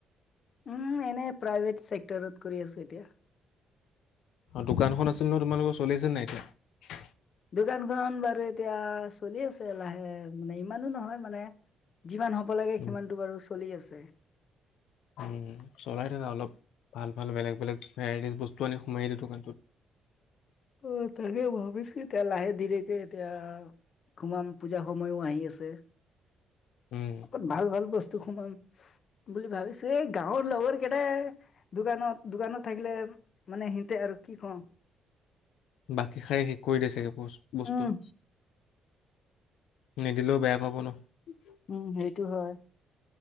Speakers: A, on the left; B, on the left.
A: উম, এনে প্ৰাইভেট চেক্টৰত কৰি আছো এতিয়া।
B: দোকানখন আছিল নহয় তোমালোকৰ, চলি আছে নে নাই এতিয়া?
A: দোকানখন বাৰু এতিয়া চলি আছে লাহে, মানে ইমানো নহয় মানে। যিমান হ'ব লাগে
B: উম
A: সিমানটো বাৰু চলি আছে।
B: উম, চলাই থাকা অলপ ভাল - ভাল বেলেগ - বেলেগ ভেৰাইটিজ বস্তু আনি সুমুৱাই দিয়া দোকানটোত। <inaudible>
A: অ, তাকেই ভাবিছো এতিয়া লাহে ধীৰেকে এতিয়া খুমাম, পূজা সময়ো আহি আছে।
B: উম
A: আপত ভাল - ভাল বস টো খোমাম বুলি ভাবিছো। এই গাৱৰ লগৰ কেইটাই দোকানত - দোকানত থাকিলে মানে সিহতে আৰু কি কও।
B: <inaudible> বাকী খাই শেষ কৰি দিয়ে চাগে বচ বস্তু।
A: উম
B: নিদিলেও বেয়া পাব নহ।
A: উম, সেইটো হয়।